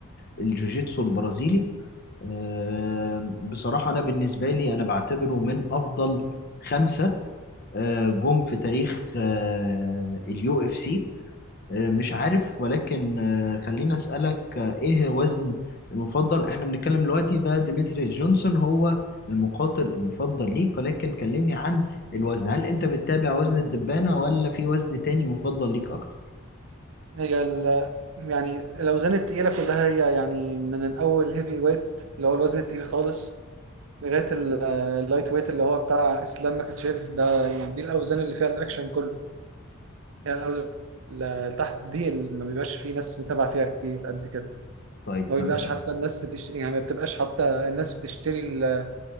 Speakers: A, on the left; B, on the right.
A: والجوجيتسو البرازيلي آه، بصراحة أنا بالنسبة لي أنا بعتبره من أفضل خمسة آه، جم في تاريخ آه، اليو اف سي آه، مش عارف ولكن آه، خليني أسألك آه، ايه وزن المفضل احنا بنتكلم دلوقتي ده ديمتري جونسون هو المقاتل المفضل ليك ولكن كلمني عن الوزن هل انت بتتابع وزن الدبانة ولا في وزن تاني مفضل ليك اكتر
B: هي ال يعني الاوزان التقيلة كلها هي يعني من الاول هيفي ويت اللي هو الوزن التقيل خالص لغايه ال- اللايت ويت اللي هو بتاع اسلام مكاتشيف ده يعني دي الاوزان اللي فيها الاكشن كله يعني الاوزان اللي تحت دي اللي ما بيبقاش في ناس متابعه فيها كتير قد كده
A: طيب
B: ما
A: تمام
B: بيبقاش حتى الناس بتش... يعني ما بتبقاش حتى الناس بتشتري ال-